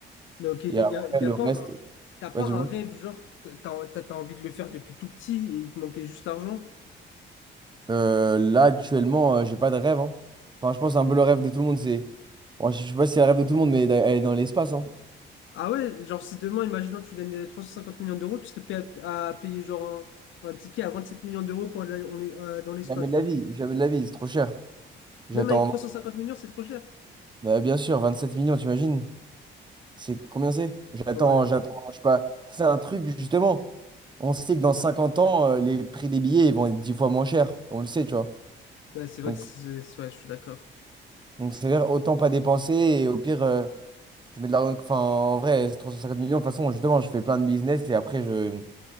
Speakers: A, on the left; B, on the right.
A: Là, ok, y
B: Et
A: a,
B: après,
A: y a- y
B: le
A: a pas
B: reste,
A: un- t'as pas
B: ouais, tu
A: un
B: vois.
A: rêve, genre, que t'as, t'as, t'as envie de le faire depuis tout petit et il te manquait juste l'argent?
B: Euh, là, actuellement, euh, j'ai pas de rêve. hein. Enfin, je pense un peu le rêve de tout le monde, c'est. Bon, je je sais pas si c'est le rêve de tout le monde, mais d'aller dans l'espace. hein.
A: Ah ouais, genre, si demain, imaginons que tu gagnes euh, 350 millions d'euros, tu serais prêt à, à payer genre un, un ticket à 27 millions d'euros pour aller on est, euh, dans l'espace,
B: Jamais de
A: genre.
B: la vie, jamais de la vie, c'est trop cher. J'attends.
A: Même avec 350 millions, c'est trop cher.
B: Bah, bien sûr, 27 millions, t'imagines? C'est combien c'est? J'attends,
A: Ouais.
B: j'attends, je sais pas. C'est un truc, justement. On sait que dans 50 ans, euh, les prix des billets ils vont être 10 fois moins chers. On le sait, tu vois.
A: Bah, c'est vrai
B: Donc,
A: que c'est... c'est- Ouais, je suis d'accord.
B: donc c'est-à-dire, autant pas dépenser. Et au pire, euh, je mets de l'argent. Enfin, en vrai, c'est 350 millions. De toute façon, justement, je fais plein de business et après, je.